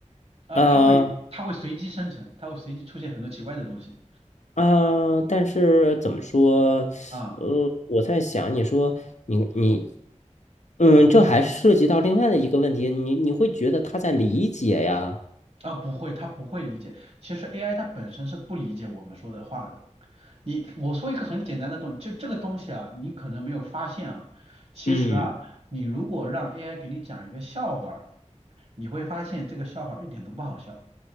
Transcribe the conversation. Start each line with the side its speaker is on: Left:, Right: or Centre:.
Right: 啊，
Left: 呃
Right: 它会它会随机生成，它会随机出现很多奇怪的东西
Left: 呃，但是怎么说，
Right: 啊
Left: 呃，我在想，你说你你，嗯，这还涉及到另外的一个问题，你你会觉得他在理解呀，
Right: 啊，不会，它不会理解。其实 AI 它本身是不理解我们说的话的。你我说一个很简单的东西，就这个东西啊，你可能没有发现啊，其实啊，
Left: 嗯，
Right: 你如果让 AI 给你讲一个笑话儿你会发现这个笑话儿一点都不好笑，